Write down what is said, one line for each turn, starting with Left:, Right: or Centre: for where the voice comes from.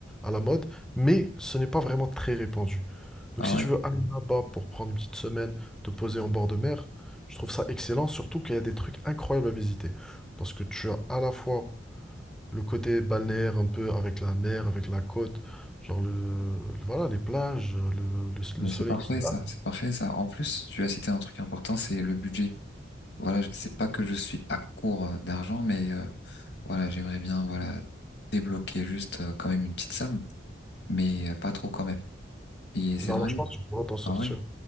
Centre: à la mode, mais ce n'est pas vraiment très répandu. Donc,
Left: Ah
Centre: si
Left: ouais,
Centre: tu veux aller là-bas pour prendre une petite semaine, te poser en bord de mer, je trouve ça excellent, surtout qu'il y a des trucs incroyables à visiter. Parce que tu as à la fois le côté balnéaire un peu avec la mer, avec la côte, genre le, le- voilà, les plages, le, le-
Left: mais
Centre: le soleil
Left: c'est parfait
Centre: qui tape.
Left: ça, c'est parfait ça. En plus, tu as cité un truc important, c'est le budget. Voilà, je- c'est pas que je suis à court euh, d'argent, mais euh, voilà, j'aimerais bien, voilà, débloquer juste euh, quand même une petite somme, mais euh, pas trop quand même. Et c'est
Centre: Non,
Left: vrai,
Centre: alors je pense que tu pourras t'en sortir.
Left: ah ouais.